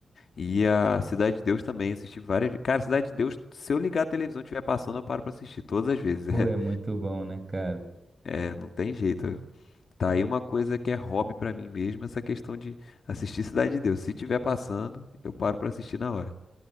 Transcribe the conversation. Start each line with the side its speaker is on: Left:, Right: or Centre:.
Left: E a Cidade de Deus também, assisti várias vezes. Cara, Cidade de Deus, se eu ligar a televisão e estiver passando, eu paro pra assistir todas as vezes.
Right: Pô, é muito
Left: <laughs>
Right: bom, né, cara?
Left: É, é, não tem jeito. Tá aí uma coisa que é hobby pra mim mesmo, essa questão de assistir Cidade de Deus. Se tiver passando, eu paro pra assistir na hora.